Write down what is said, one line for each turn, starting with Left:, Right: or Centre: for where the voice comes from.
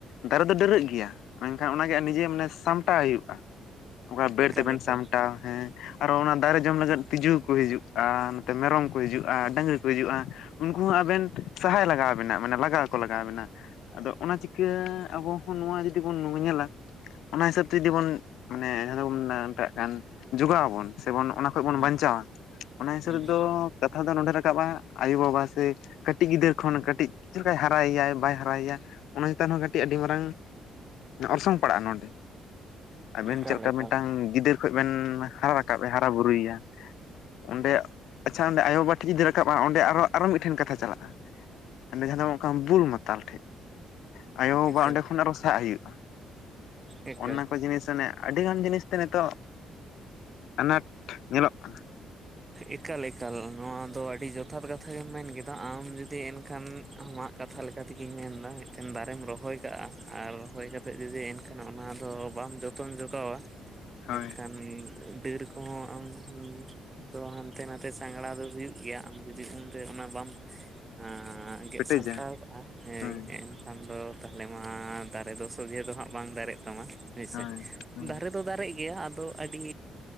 Left: ᱫᱟᱨᱮ ᱫᱚ ᱰᱟᱹᱨᱟᱹᱜ ᱜᱮᱭᱟ ᱢᱮᱱᱠᱷᱟᱱ ᱚᱱᱟᱜᱮ ᱱᱤᱡᱮ ᱢᱟᱱᱮ ᱥᱟᱢᱴᱟᱣ ᱦᱩᱭᱩᱜᱼᱟ ᱚᱠᱟ ᱵᱮᱲ
Right: ᱮᱠᱟᱞ
Left: ᱛᱮᱵᱮᱱ
Right: ᱮᱠᱟᱞ
Left: ᱥᱟᱢᱴᱟᱣ ᱦᱮᱸ ᱟᱨᱚ ᱚᱱᱟ ᱫᱟᱨᱮ ᱡᱚᱢ ᱞᱟᱹᱜᱤᱫ ᱛᱸᱤᱡᱩ ᱠᱚ ᱦᱤᱡᱩᱜᱼᱟ ᱱᱚᱛᱮ ᱢᱮᱨᱚᱢ ᱠᱚ ᱦᱤᱡᱩᱜᱼᱟ ᱰᱟᱹᱝᱨᱤ ᱠᱚ ᱦᱤᱡᱩᱜᱼᱟ ᱩᱱᱠᱩ ᱦᱚᱸ ᱟᱵᱮᱱ ᱥᱟᱦᱟᱭ ᱞᱟᱜᱟᱣᱵᱮᱱᱟ ᱢᱟᱱᱮ ᱞᱟᱜᱟᱣ ᱠᱚ ᱞᱟᱜᱟᱣ ᱵᱮᱱᱟ ᱟᱫᱚ ᱚᱱᱟ ᱪᱤᱠᱟᱹ ᱟᱵᱚ ᱦᱚᱸ ᱱᱚᱣᱟ ᱡᱩᱫᱤ ᱵᱚᱱ ᱧᱮᱞᱟ ᱚᱱᱟ ᱦᱤᱥᱟᱹᱵ ᱛᱮ ᱡᱩᱫᱤ ᱵᱚᱱ ᱢᱟᱱᱮ ᱡᱟᱦᱟᱸᱫᱟᱵᱚᱱ ᱢᱮᱛᱟᱜ ᱠᱟᱱ ᱡᱚᱜᱟᱣ ᱟᱵᱚᱱ ᱥᱮᱵᱚᱱ ᱚᱱᱟ ᱱᱤᱛᱳᱜ ᱵᱚᱱ
Right: ᱦᱩᱸ
Left: ᱵᱟᱧᱪᱟᱣᱟ ᱚᱱᱟ ᱦᱤᱥᱟᱹᱵ
Right: ᱦᱩᱸ
Left: ᱫᱚ ᱠᱟᱛᱷᱟ ᱫᱚ ᱱᱚᱰᱮ ᱨᱟᱠᱟᱵᱟ ᱟᱭᱳᱵᱟᱵᱟ ᱥᱮ ᱠᱟᱹᱴᱤᱡ ᱜᱤᱫᱟᱹᱨ ᱠᱷᱚᱱ ᱠᱟᱹᱴᱤᱡ ᱪᱮᱫ ᱞᱮᱠᱟᱭ ᱦᱟᱨᱟᱭᱮᱭᱟ ᱵᱟᱭ ᱦᱟᱨᱟᱭᱮᱭᱟ ᱚᱱᱟ ᱪᱮᱛᱟᱱ ᱦᱚᱸ ᱠᱟᱹᱴᱤᱡ ᱟᱹᱰᱤ ᱢᱟᱨᱟᱝ- ᱚᱨᱥᱚᱝ ᱯᱟᱲᱟᱜᱼᱟ ᱱᱚᱸᱰᱮ, ᱟᱵᱤᱱ
Right: ᱮᱠᱟᱞ
Left: ᱪᱮᱫ ᱞᱮᱠᱟ
Right: ᱮᱠᱟᱞ
Left: ᱢᱤᱫᱴᱟᱝ ᱜᱤᱫᱟᱹᱨ ᱠᱷᱚᱱ ᱵᱮᱱ ᱦᱟᱨᱟ ᱨᱟᱠᱟᱵ ᱮ ᱦᱟᱨᱟ ᱵᱩᱨᱩᱭᱮᱭᱟ ᱚᱸᱰᱮ ᱟᱪᱪᱷᱟ ᱚᱸᱰᱮ ᱟᱭᱳᱵᱟᱵᱟ ᱴᱷᱤᱠ ᱡᱩᱫᱤ ᱨᱟᱠᱟᱵᱼᱟ ᱚᱸᱰᱮ ᱟᱨ ᱟᱨᱚ ᱢᱤᱫᱴᱷᱮᱱ ᱠᱟᱛᱷᱟ ᱪᱟᱞᱟᱜᱼᱟ ᱚᱸᱰᱮ ᱡᱟᱦᱟᱸ ᱫᱚ ᱚᱱᱠᱟ ᱵᱩᱞ ᱢᱟᱛᱟᱞ ᱴᱷᱮᱡ ᱟᱭᱳᱼᱵᱟᱵᱟ
Right: ᱮᱠᱟᱞ
Left: ᱚᱸᱰᱮ ᱠᱷᱚᱱ ᱟᱨᱚ ᱥᱟᱦᱟᱜ ᱦᱩᱭᱩᱜᱼᱟ
Right: ᱮᱠᱟᱞ
Left: ᱚᱱᱟ ᱠᱚ ᱡᱤᱱᱤᱥ ᱢᱟᱱᱮ ᱟᱹᱰᱤᱜᱟᱱ ᱡᱤᱱᱤᱥᱛᱮ ᱱᱤᱛᱳᱜ ᱟᱱᱟᱴ ᱧᱮᱞᱚᱜ ᱠᱟᱱᱟ
Right: ᱮᱠᱟᱞ ᱮᱠᱟᱞ ᱱᱚᱣᱟ ᱫᱚ ᱟᱹᱰᱤ ᱡᱚᱛᱷᱟᱛ ᱠᱟᱛᱷᱟ ᱜᱮᱢ ᱢᱮᱱ ᱠᱮᱫᱟ ᱟᱢ ᱡᱩᱫᱤ ᱮᱱᱠᱷᱟᱱ ᱟᱢᱟᱜ ᱠᱟᱛᱷᱟ ᱞᱮᱠᱟ ᱛᱮᱜᱤᱧ ᱢᱮᱱᱫᱟ ᱢᱤᱫᱴᱮᱱ ᱫᱟᱨᱮᱢ ᱨᱚᱦᱚᱭ ᱠᱟᱜᱼᱟ ᱟᱨ ᱨᱚᱦᱚᱭ ᱠᱟᱛᱮ ᱡᱩᱫᱤ ᱮᱱᱠᱷᱟᱱ ᱚᱱᱟ ᱫᱚ ᱵᱟᱢ ᱡᱚᱛ ᱡᱚᱛᱚᱢ ᱡᱚᱜᱟᱣᱟ
Left: ᱦᱳᱭ
Right: ᱮᱱᱠᱷᱟᱱ ᱵᱤᱹᱨ ᱠᱚᱦᱚᱸ ᱟᱢ ᱛᱚ ᱦᱟᱱᱛᱮ ᱱᱟᱛᱮ ᱪᱟᱝᱜᱲᱟ ᱫᱚ ᱦᱩᱭᱩᱜ ᱜᱮᱭᱟ ᱟᱢ ᱡᱩᱫᱤ ᱩᱱᱨᱮ ᱚᱱᱟ ᱵᱟᱢ <unintelligible> ᱜᱮᱫ
Left: ᱯᱮᱴᱮᱡᱟ
Right: ᱥᱟᱢᱴᱟᱣ ᱠᱟᱜᱼᱟ ᱦᱮᱭ
Left: ᱦᱳᱭ
Right: ᱢᱮᱱ ᱠᱷᱟᱱ ᱫᱚ ᱛᱟᱦᱚᱞᱮ ᱢᱟ ᱫᱟᱨᱮ ᱫᱚ ᱥᱚᱡᱷᱮ ᱫᱚ ᱦᱟᱸᱜ ᱵᱟᱝ ᱫᱟᱨᱮᱜ ᱛᱟᱢᱟ᱾ ᱦᱳᱭᱥᱮ
Left: ᱦᱳᱭ ᱦᱳᱭ
Right: ᱫᱟᱨᱮ ᱫᱚ ᱫᱟᱨᱮᱜ ᱜᱮᱭᱟ ᱟᱫᱚ ᱟᱹᱰᱤ